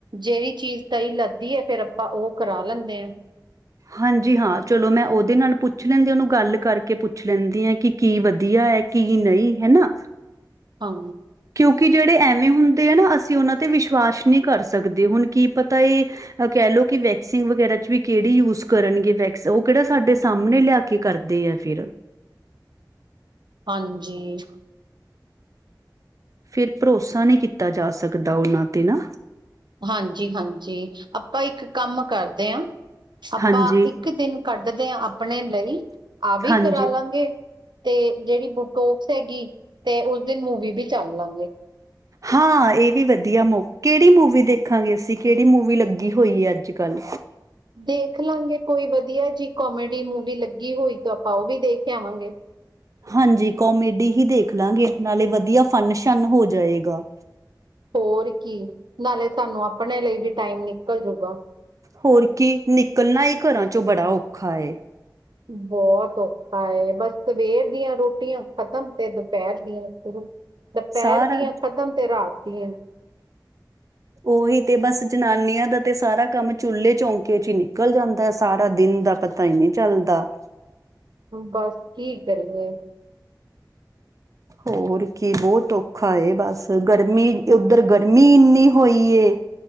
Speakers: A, on the right; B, on the right.
A: ਜਿਹੜੀ ਚੀਜ਼ ਸਹੀ ਲੱਗਦੀ ਹੈ ਫੇਰ ਆਪਾਂ ਉਹ ਕਰਾ ਲੈਂਦੇ ਹਾਂ।
B: ਹਾਂਜੀ ਹਾਂ ਚਲੋ ਮੈ ਉਹਦੇ ਨਾਲ ਪੁੱਛ ਲੈਂਦੀ ਉਹਨੂੰ ਗੱਲ ਕਰਕੇ ਪੁੱਛ ਲੈਂਦੀ ਹਾਂ ਕਿ ਵਧੀਆ ਏ ਕੀ ਨਈ ਹਨਾ।
A: ਹਾਂ
B: ਕਿਉਂਕਿ ਜਿਹੜੇ ਐਵੇਂ ਹੁੰਦੇ ਆ ਨਾ ਅਸੀਂ ਉਹਨਾਂ ਤੇ ਵਿਸ਼ਵਾਸ ਨਹੀਂ ਕਰ ਸਕਦੇ ਹੁਣ ਕੀ ਪਤਾ ਇਹ ਕਹਿ ਲਓ ਕਿ ਵੈਕਸਿੰਗ ਵਗੈਰਾ ਚ ਵੀ ਕਿਹੜੀ ਯੂਜ ਕਰਨਗੇ ਵੈਕਸ ਉਹ ਕਿਹੜਾ ਸਾਡੇ ਸਾਹਮਣੇ ਲਿਆ ਕੇ ਕਰਦੇ ਆ ਫਿਰ।
A: ਹਾਂਜੀ।
B: ਫਿਰ ਭਰੋਸਾ ਨਹੀਂ ਕੀਤਾ ਜਾ ਸਕਦਾ ਉਹਨਾਂ ਤੇ ਨਾ।
A: ਹਾਂਜੀ ਹਾਂਜੀ ਆਪਾਂ ਇੱਕ ਕੰਮ ਕਰਦੇ ਹਾਂ ਆਪਾਂ
B: ਹਾਂਜੀ
A: ਇੱਕ ਦਿਨ ਕੱਢਦੇ ਆ ਆਪਣੇ ਲਈ ਆ ਵੀ
B: ਹਾਂਜੀ
A: ਕਰਾ ਲਾਂਗੇ। ਤੇ ਜਿਹੜੀ ਬੁਟੋਕਸ ਹੈਗੀ ਤੇ ਉਸ ਦਿਨ ਮੂਵੀ ਵੀ ਚੱਲ ਲਾਂਗੇ।
B: ਹਾਂ ਇਹ ਵੀ ਵਧੀਆ ਮ ਕਿਹੜੀ ਮੂਵੀ ਦੇਖਾਂਗੇ ਅਸੀਂ ਕਿਹੜੀ ਮੂਵੀ ਲੱਗੀ ਹੋਈ ਹੈ ਅੱਜ ਕੱਲ੍ਹ।
A: ਦੇਖ ਲਾਂਗੇ ਕੋਈ ਵਦੀਆ ਜੀ ਕੋਮੇਡੀ ਮੂਵੀ ਲੱਗੀ ਹੋਈ ਤਾਂ ਆਪਾਂ ਓ ਵੀ ਦੇਖ ਆਵਾਂਗੇ।
B: ਹਾਂਜੀ ਕੋਮੇਡੀ ਹੀ ਦੇਖ ਲਾਂਗੇ ਨਾਲੇ ਵਦੀਆ ਫਨ ਸ਼ਨ ਹੋ ਜਾਏਗਾ।
A: ਹੋਰ ਕੀ ਨਾਲੇ ਸਾਨੂੰ ਆਪਣੇ ਲਈ ਵੀ ਟਾਈਮ ਨਿਕਲ ਜੂਗਾ।
B: ਹੋਰ ਕੀ ਨਿਕਲਨਾ ਈ ਘਰਾਂ ਚੋਂ ਬੜਾ ਔਖਾ ਏ।
A: ਬੋਤ ਔਖਾ ਏ ਬਸ ਸਵੇਰ ਦੀਆਂ ਰੋਟੀਆਂ ਖਤਮ ਤੇ ਦੁਪੈਰ ਦੀਆਂ ਸ਼ੁਰੂ। ਦੁਪੈਰ
B: ਸਾਰਾ
A: ਦੀਆਂ ਕਦਮ ਤੇ ਰਾਤ ਦੀਆਂ
B: ਓਹੀ ਤੇ ਬਸ ਜਨਾਨੀਆਂ ਦਾ ਤੇ ਸਾਰਾ ਕੰਮ ਚੁੱਲ੍ਹੇ ਚੌਂਕੇ 'ਚ ਈ ਨਿਕਲ ਜਾਂਦੈ। ਸਾਰਾ ਦਿਨ ਦਾ ਪਤਾ ਈ ਨੀ ਚੱਲਦਾ।
A: ਬਸ ਕੀ ਕਰੀਏ
B: ਹੋਰ ਕੀ ਬੋਤ ਔਖਾ ਏ ਬਸ ਗਰਮੀ ਓਧਰ ਗਰ ਗਰਮੀ ਇੰਨੀ ਹੋਈ ਏ